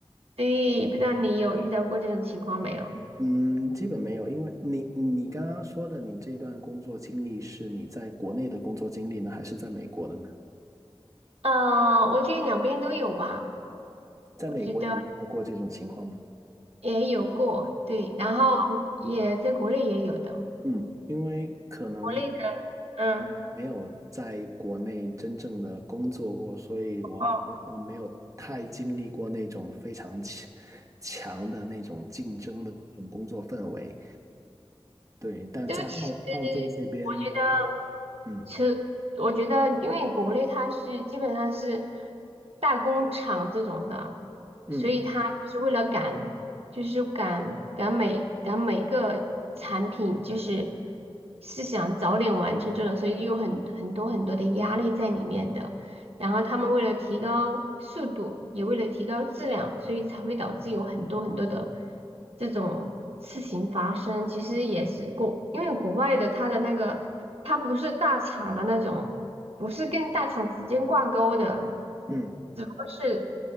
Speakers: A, on the right (about 80°); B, on the right (about 35°).
A: 对，不知道你有遇到过这种情况没有？
B: 嗯，基本没有，因为你你刚刚说的，你这段工作经历是你在国内的工作经历呢，还是在美国的呢？
A: 呃，我觉得两边都有吧，
B: 在美国也遇到过这种情况吗？
A: 我觉得也有过，对，然后也在国内也有的，
B: 嗯，因为可能
A: 国内的，嗯，
B: 没有在国内真正的工作过，所以我我没有太经历过那种非常强强的那种竞争的那种工作氛围。
A: 哦，
B: 对，但在澳澳洲这边，
A: 都其实我觉得，
B: 嗯
A: 其实我觉得，因为国内它是基本上是大工厂这种的，
B: 嗯
A: 所以它是为了赶，就是赶赶每赶每个产品，就是是想早点完成这种，所以有很很多很多的压力在里面的。然后他们为了提高速度，也为了提高质量，所以才会导致有很多很多的这种事情发生。其实也是国，因为国外的他的那个，他不是大厂的那种，不是跟大厂直接挂钩的，
B: 嗯，
A: 只不过是